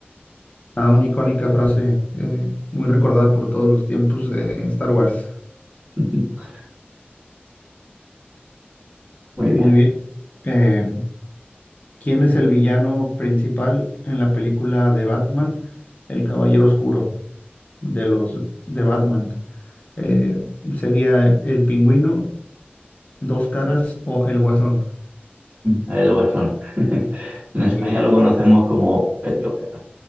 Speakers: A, on the left; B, on the right.
A: Ah, una icónica frase eh, muy recordada por todos los tiempos de Star Wars.
B: <laughs> Muy bien.
A: Muy bien. eh, ¿Quién es el villano principal en la película de Batman? El Caballero Oscuro de los de Batman. Eh, sería el Pingüino, Dos Caras o el Guasón.
B: Ahí lo guasón. <laughs> En España
A: Muy bien.
B: lo conocemos como el Joker.